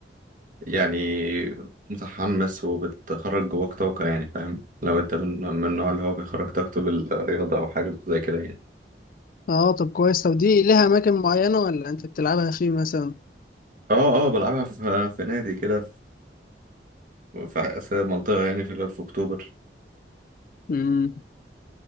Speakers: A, on the right (about 45°); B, on the left (about 50°).
A: يعني متحمس وبتخرج جواك طاقة يعني فاهم لو انت من من النوع اللي هو بيخرج طاقته بالرياضة او حاجة زي كده يعني
B: اه طب كويس طب دي لها أماكن معينة ولا أنت بتلعبها فيه مثلا؟
A: اه اه بلعبها في في نادي كده في في في منطقة يعني في في اكتوبر
B: مم.